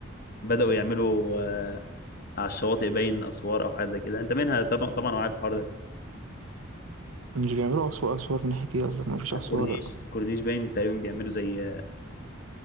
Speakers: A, on the left; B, on the right.
A: بداوا يعملوا آه، على الشواطئ باين اسوار او حاجه زي كده انت منها طبعا طبعا وعارف الحوار ده
B: مش بيعملوا أسوار أسوار من ناحية ايه قصدك مفيش
A: على
B: أسوار
A: الكورنيش الكورنيش باين تقريبا بيعملوا زي